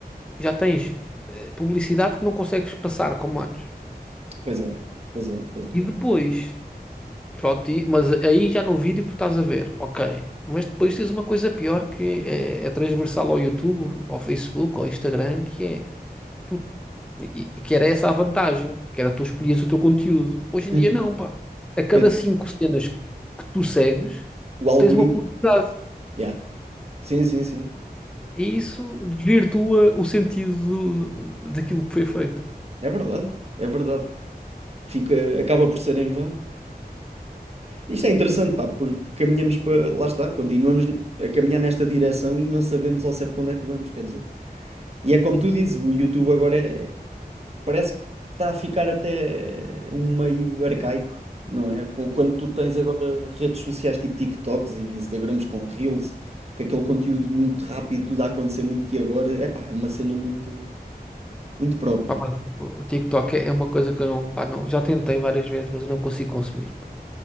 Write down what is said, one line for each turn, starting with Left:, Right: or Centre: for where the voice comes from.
Centre: já tens eh, publicidade que não consegues passar como antes.
Right: Pois é, pois é, pois é.
Centre: E depois, pronto, e- mas aí já no vídeo tu estás a ver, ok. Mas depois tens uma coisa pior que é, é transversal ao YouTube, ao Facebook, ao Instagram, que é tu, e- e que era essa a vantagem, que era tu escolhias o teu conteúdo. Hoje em
Right: Uhum.
Centre: dia não, pá. A cada
Right: Pois
Centre: cinco
Right: é.
Centre: cenas que tu segues,
Right: O algoritmo.
Centre: tens uma publicidade.
Right: Yeah. Sim, sim, sim.
Centre: E isso desvirtua o sentido do- daquilo que foi feito.
Right: É verdade, é verdade. Fica, acaba por ser em vão. Isto é interessante, pá, porque caminhamos para. Lá está, continuamos a caminhar nesta direção e não sabemos ao certo para onde é que vamos, quer dizer. E é como tu dizes, o YouTube agora é, parece que está a ficar até um meio arcaico, não é? Com- Quando tu tens agora redes sociais tipo TikToks e Instagrams com Reels, com aquele conteúdo muito rápido, tudo a acontecer muito e agora, é pá, é uma cena muito, muito própria.
Centre: Pá, mas o TikTok é uma coisa que eu não, pá, não, já tentei várias vezes, mas eu não consigo consumir.